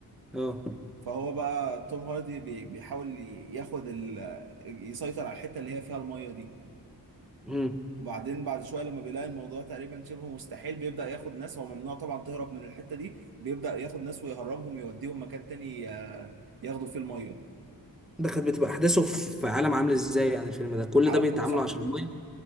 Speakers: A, in the centre; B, on the right.
A: اه
B: فهو بقى توم هاردي بي- بيحاول ي- ياخد ال... يسيطر على الحته اللي هي فيها الميه دي
A: امم
B: وبعدين بعد شويه لما بيلاقي الموضوع تقريبا شبه مستحيل بيبدا ياخد ناس هو ممنوع طبعا تهرب من الحته دي بيبدا ياخد ناس ويهربهم يوديهم مكان تاني آه، ياخدوا فيه الميه
A: ده كانت بتبقى احداثه في في عالم عامل ازاي يعني الفيلم ده كل
B: عالم
A: ده بيتعاملوا
B: كله صحراء
A: عشان ميه